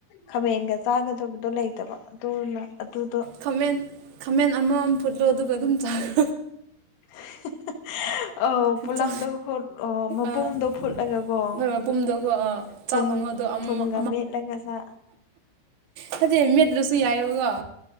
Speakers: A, on the left; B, on the right.
A: ꯈꯥꯃꯦꯟꯒ ꯆꯥꯒꯗꯕꯗꯣ ꯂꯩꯇꯕ ꯑꯗꯨꯅ ꯑꯗꯨꯗꯣ
B: ꯈꯥꯃꯦꯟ ꯈꯥꯃꯦꯟ ꯑꯃꯃꯝ ꯐꯨꯠꯂꯣ ꯑꯗꯨꯒ ꯑꯗꯨꯝ ꯆꯥꯔꯣ
A: <unintelligible> ꯑꯧ ꯄꯨꯂꯞꯇ
B: ꯆꯥ
A: ꯐꯨꯠ ꯃꯄꯨꯝꯗꯣ
B: ꯑꯥ
A: ꯐꯨꯠꯂꯒꯦꯀꯣ
B: ꯍꯣꯏ ꯃꯄꯨꯝꯗꯣꯀꯣ ꯑꯥ
A: ꯊꯨꯝ
B: ꯆꯥꯛ ꯊꯣꯡꯉꯣꯗꯣ ꯑꯃꯃꯝ
A: ꯊꯨꯝꯒ ꯃꯦꯠꯂꯒ ꯁꯥ
B: ꯐꯠꯇꯦ ꯃꯦꯠꯇ꯭ꯔꯁꯨ ꯌꯥꯏꯑꯕꯀꯣ